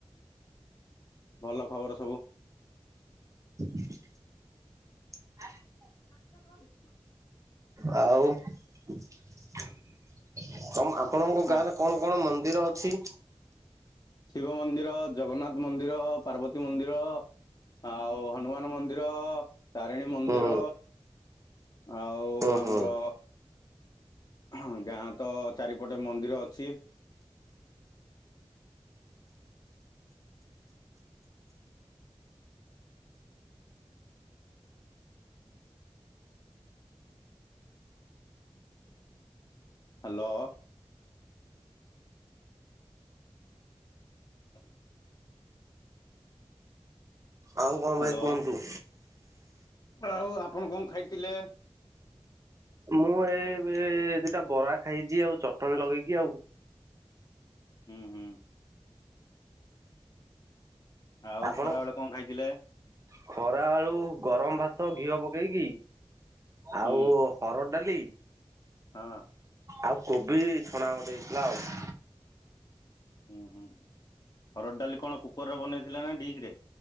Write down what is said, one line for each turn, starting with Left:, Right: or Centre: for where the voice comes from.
Left: ଭଲ ଖବର ସବୁ।
Right: <inaudible> <unintelligible>
Left: <inaudible>
Right: ଆଉ ତମ ଆପଣଙ୍କ ଗାଁରେ
Left: ଆ
Right: କଣ କଣ ମନ୍ଦିର ଅଛି?
Left: ଶିବ ମନ୍ଦିର, ଜଗନ୍ନାଥ ମନ୍ଦିର, ପାର୍ବତୀ ମନ୍ଦିର ଆଉ ହନୁମାନ ମନ୍ଦିର ତାରିଣୀ ମନ୍ଦିର
Right: ହୁଁ
Left: ଆଉ
Right: ହୁଁ
Left: ଆମର
Right: ହୁଁ
Left: ହଁ ଗାଁ ତ ଚାରିପଟେ ମନ୍ଦିର ଅଛି। ହ୍ୟାଲୋ? <inaudible>
Right: ଆଉ କଣ
Left: ହ୍ୟାଲୋ
Right: ଭାଇ କୁହନ୍ତୁ।
Left: ଆଉ ଆପଣ କଣ ଖାଇଥିଲେ?
Right: ମୁଁ ଏ ଦିଟା ବରା ଖାଇଛି ଆଉ ଚଟଣି ଲଗେଇକି ଆଉ।
Left: ହୁଁ ହୁଁ। ଆଉ
Right: ଆପଣ
Left: ଖରା ବେଳେ କଣ ଖାଇଥିଲେ?
Right: ଖରା ଆଳୁ ଗରମ ଭାତ ଘିଅ ପକେଇକି ଆଉ
Left: ହୁଁ
Right: ହରଡ଼ ଡାଲି
Left: ହଁ।
Right: ଆଉ କୋବି ଛଣା ଗୋଟେ ଦହେଇଥିଲା ଆଉ।
Left: ହୁଁ ହୁଁ, ହରଡ଼ ଡାଲି କଣ କୁକରରେ ବନେଇଥିଲେ ନା ଡିିଶ୍ ରେ?